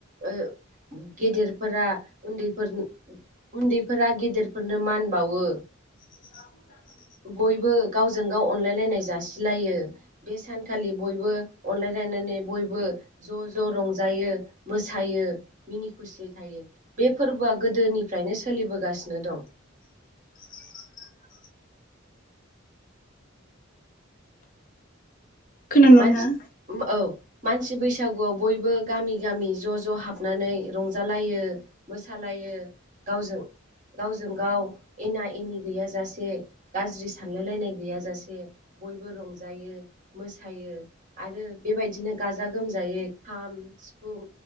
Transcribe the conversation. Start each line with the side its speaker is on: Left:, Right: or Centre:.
Right: ओ गेदेरफोरा उन्दैफोर उन्दैफोरा गेदेरफोरनो मान बाउवो
Left: <unintelligible>
Right: बयबो गावजों गाव अनलायलायनाय जासिलायो बे सानखालि बयबो अनलायनाय नानै बयबो ज' ज' रंजायो मोसायो मिनि खुसियै थायो। बे फोरबोआ गोदोनिफ्रायनो सोलिबोगासिनो दं।
Left: <inaudible> खोनादों नोंथां
Right: मानसि <inaudible> औ मानसि बैसागुवाव बयबो गामि गामि ज' ज' हाबनानै रंजालायो मोसालायो <inaudible> गावजों गावजों गाव एना एनि गैयाजासे गाज्रि सानलायलायनाय गैयाजासे बयबो रंजायो मोसायो सायो आरो बेबायदिनो गाजा गोमजायै खाम सिफुं